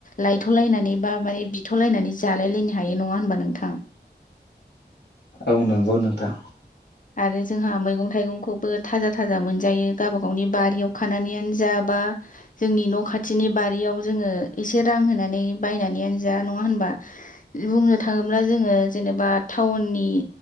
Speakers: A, on the left; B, on the left.
A: लायथ'लायनानै बा माने बिथ' लायनानै जालायलायनो हायो नङा होनबा नोंथां
B: औ नंगौ नोंथां
A: आरो जोंहा मैगं थाइगंखौबो थाजा थाजा मोनजायो गावबा गावनि बारियाव खानानैयानो जा बा जोंनि न' खाथिनि बारियाव जोङो एसे रां होनानै बायनानैयनो जा नङा होनबा बुंनो थाङोब्ला जोङो जेनेबा टाउननि